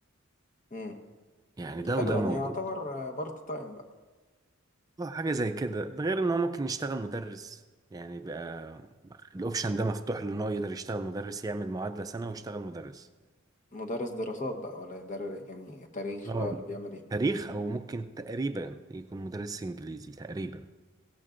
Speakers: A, on the left; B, on the right.
A: مم.
B: يعني ده
A: حلو
B: وده
A: يعني
B: موجود
A: يعتبر بارت تايم بقى
B: اه حاجة زي كده ده غير ان هو ممكن يشتغل مدرس يعني بقى الاوبشن ده مفتوح له ان هو يقدر يشتغل مدرس يعمل معادلة سنة ويشتغل مدرس
A: مدرس دراسات بقى ولا در يعني تاريخ
B: اه
A: بقى ولا بيعمل ايه
B: تاريخ او ممكن تقريبا يكون مدرس انجليزي تقريبا